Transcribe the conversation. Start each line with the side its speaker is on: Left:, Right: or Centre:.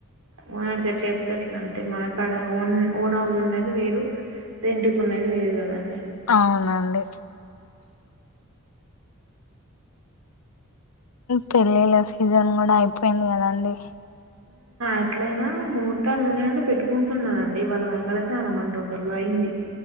Right: ఓనర్స్ ఎట్ల చెప్తే అట్లా అంటే మనకడా ఓన్ ఓన్ హౌస్ ఉన్నది వేరు ఎంటకికున్నది వేరు కదండి
Left: అవునండి పెళ్ళిళ్ళ సీజన్ కూడా అయిపోయింది కదండి
Right: ఎట్లయినా ముహూర్తాలు ఉన్నాయింటే పెట్టుకుంటున్నారంండి ఇ వాళ్ళ మంగళసానం వంటకల్లో అయింది